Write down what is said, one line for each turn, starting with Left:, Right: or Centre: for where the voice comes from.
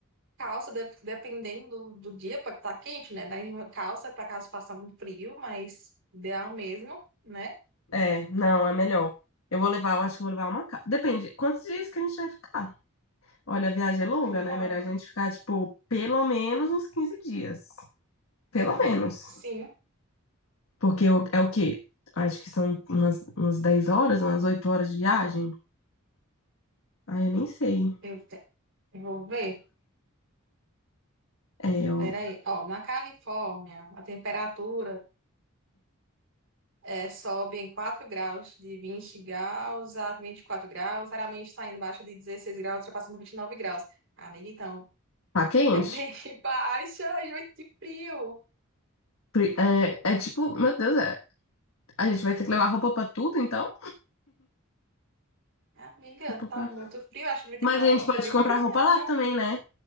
Right: calça, dep- dependendo do, do dia, pode estar quente, né? Daí calça para caso faça muito frio, mas ideal mesmo, né?
Left: É, não, é melhor. Eu vou levar, eu acho que eu vou levar uma. ca- Depende, quantos dias que a gente vai ficar? Olha, a viagem é longa,
Right: Eu
Left: né?
Right: vou.
Left: Melhor a gente ficar, tipo, pelo menos uns 15 dias. Pelo menos.
Right: Sim,
Left: Porque o- é o quê? Acho que são umas, umas 10 horas, umas 8 horas de viagem. Ah, eu nem sei.
Right: eu te- eu vou ver.
Left: É, ó,
Right: Peraí. Ó, na Califórnia, a temperatura É, sobe em 4 graus, de 20 graus a 24 graus, raramente está indo embaixo de 16 graus, ultrapassando 29 graus. Amiga, então,
Left: tá quente?
Right: é bem <laughs> baixa, a gente vai sentir frio.
Left: Pre- É, é tipo, meu Deus, é, a gente vai ter que levar roupa pra tudo, então?
Right: Amiga,
Left: Roupa
Right: tá
Left: pra...
Right: muito frio, acho que a gente vai ter
Left: Mas
Right: que ter
Left: a
Right: uma roupa
Left: gente pode
Right: de
Left: comprar
Right: frio
Left: roupa
Right: mesmo.
Left: lá também, né?